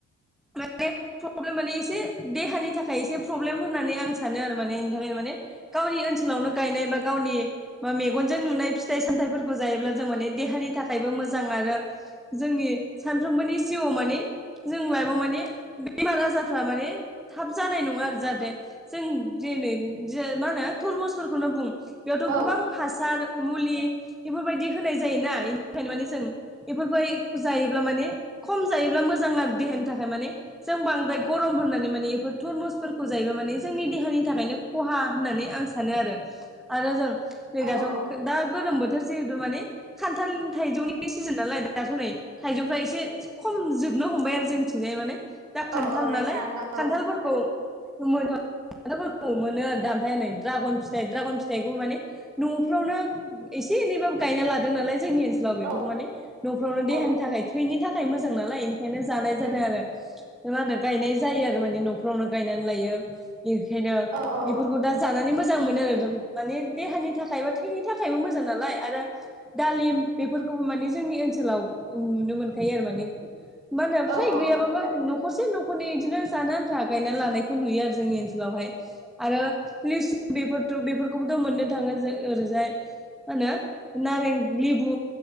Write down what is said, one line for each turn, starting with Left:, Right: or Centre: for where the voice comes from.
Centre: माने प्रब्लेम माने एसे देहानि थाखाय एसे प्रब्लेम होननानै आं सानो आरो माने इनि थाखायनो माने गावनि ओनसोलावनो गायनाय बा गावनि मा मेगनजों नुनाय फिथाइ सामथाइफोरखौ जायोब्ला जों माने देहानि थाखाय बो मोजां आरो जोंनि सानफ्रोमबोनि जिउआव माने जों लाइपआव माने बेमार आजारफ्रा माने थाब जानाय नङा आरो जाहाथे जों दिनै दि मा होनो तुरमुसफोरखौनो बुं बेयावथ'
Right: औ
Centre: गोबां हासार मुलि बेफोरबायदि होनाय जायोना इनि थाखायनो माने जों बेफोरखौ जायोब्ला माने खम जायोब्ला मोजां आरो देहानि थाखाय माने जों बांद्राय गरम होननानै माने बेफोर थरमुसफोरखौ जायोबा माने जोंनि देहानि थाखायनो खहा होननानै आं सानो आरो आरो जों नै
Right: औ
Centre: दाथ'
Right: औ
Centre: दा गोलोम बोथोर जे हेथु माने खान्थालनि थाइजौनि सिजेन नालाय दाथ' नै थाइजौ एसे खम जोबनो हमबाय आरो जोंथिंजाय माने दा खान्थाल
Right: औ औ नोंथां
Centre: नालाय खान्थालफोरखौ
Right: औ
Centre: मोनो खान्थालफोरखौ मोनो आरो दा ओमफाय नै द्रागन फिथाइ द्रागन फिथाइखौ माने न'फ्रावनो एसे एसे एनैबाबबो गायना लादों नालाय जोंनि ओनसोलाव बेफोरखौ
Right: औ
Centre: माने न'फ्रावनो
Right: औ
Centre: देहानि थाखाय थैनि थाखाय मोजां नालाय बेखायनो जानाय
Right: उम
Centre: जादों आरो मा होनो गायनाय जायो आरो माने न'फ्रावनो गायनानै लायो। बेखायनो
Right: औ
Centre: बेफोरखौ
Right: औ
Centre: दा जानानै मोजां मोजां मोनो आरो माने देहानि थाखाय बा थैनि थाखायबो मोजां नालाय आरो दालिम बेफोर खौ माने जोंनि ओनसोलाव नुनो मोनखायो आरो माने मा होनो
Right: औ
Centre: फ्राय गैयाबाबो
Right: औ
Centre: न' नखरसे न'खरनै इदिनो जानो आन्था गायना लानायखौ नुयो आरो जोंनि ओनसोलावहाय आरो लिसु बेफोरथ बेफोरखौबोथ' मोननो थाङो जो ओरैजाय मा होनो नारें लिबु